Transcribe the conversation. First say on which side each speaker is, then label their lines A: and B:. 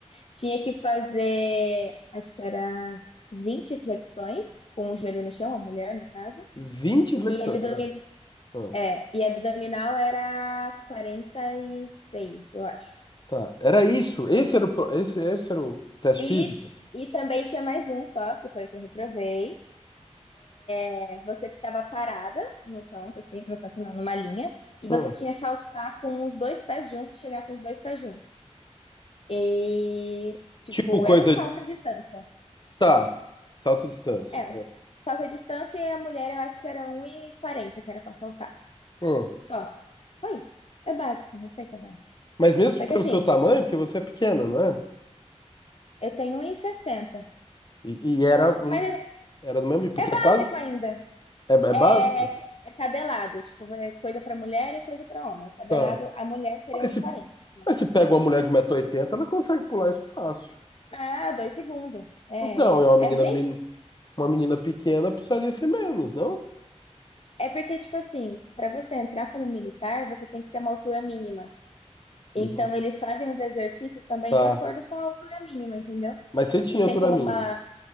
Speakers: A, on the left; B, on the left.
A: Tinha que fazer, acho que era 20 flexões com o joelho no chão, a mulher, no caso.
B: vinte flexões.
A: E, abdomi-
B: Ah, ah,
A: é, e abdominal era 46 eu acho.
B: tá. Era isso. Esse era o, pro- esse, esse era o teste
A: E,
B: físico?
A: e também tinha mais um só, que foi o que eu reprovei. É, Você ficava parada no canto, assim, no canto não, numa linha. E
B: Ah,
A: você tinha que saltar com os dois pés juntos e chegar com os dois pés juntos. E, tipo,
B: tipo coisa.
A: era um salto
B: de-
A: à distância.
B: Tá. Salto distância.
A: É, salto à distância e a mulher eu acho que era um e quarenta que era pra saltar.
B: Hum.
A: Só. Só isso. É básico, eu sei que é básico.
B: Mas mesmo
A: Só
B: pelo
A: que assim,
B: seu tamanho, porque você é pequena, não é?
A: eu tenho um 1,60.
B: E, e era,
A: Tipo,
B: um,
A: mas é,
B: era do mesmo porque
A: é básico
B: é quase.
A: ainda.
B: É, é
A: É,
B: básico?
A: é tabelado, tipo, é coisa pra mulher e coisa pra homem. É tabelado,
B: Tá.
A: a mulher seria
B: Mas
A: um e
B: se,
A: quarenta, né?
B: mas se pega uma mulher de 180 oitenta ela consegue pular isso fácil.
A: Ah, dois segundos. É,
B: Então, é uma menina,
A: é bem.
B: men- uma menina pequena, precisaria ser menos, não?
A: É porque, tipo assim, pra você entrar como militar, você tem que ter uma altura mínima. Então,
B: E você-
A: eles fazem os exercícios também
B: tá.
A: de acordo com a altura mínima, entendeu?
B: Mas você tinha
A: Não tem
B: altura
A: como
B: mínima.
A: uma.